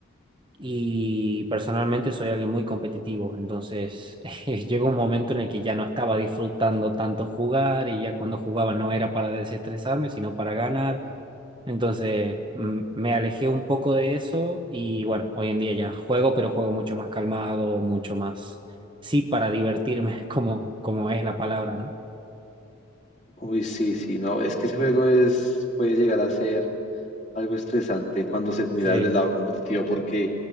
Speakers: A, on the right (about 20°); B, on the left (about 35°).
A: y personalmente soy alguien muy competitivo, entonces <laughs> llegó un momento en el que ya no estaba disfrutando tanto jugar y ya cuando jugaba no era para desestresarme, sino para ganar. Entonces mm, me alejé un poco de eso y bueno, hoy en día ya juego, pero juego mucho más calmado, mucho más, sí, para divertirme, <laughs> como, como es la palabra, ¿no?
B: Uy, sí, sí, no, es que ese juego es, puede llegar a ser algo estresante cuando se mira
A: Sí,
B: desde el lado competitivo porque